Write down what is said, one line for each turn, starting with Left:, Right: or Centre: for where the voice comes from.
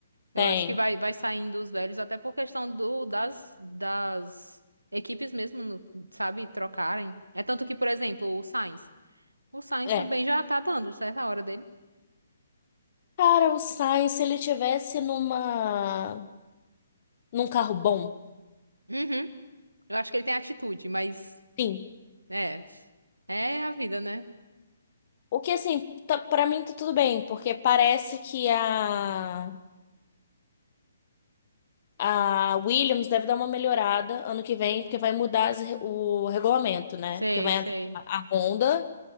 Right: Eu
Left: Tem.
Right: acho que vai, vai saindo os velhos, até por questão do, das, das equipes mesmo, no- sabe, trocarem. É tanto que, por exemplo, o Sainz. O Sainz
Left: É.
Right: também já tá dando certa hora dele.
Left: Cara, o Sainz, se ele tivesse numa num carro bom,
Right: Uhum. Eu acho que ele tem atitude, mas
Left: sim.
Right: é, é a vida, né?
Left: O que assim, tá, para mim tá tudo bem, porque parece que a a Williams deve dar uma melhorada ano que vem, porque vai mudar as re- o regulamento, né?
Right: Sei,
Left: Porque vai
Right: sei.
Left: entrar a Honda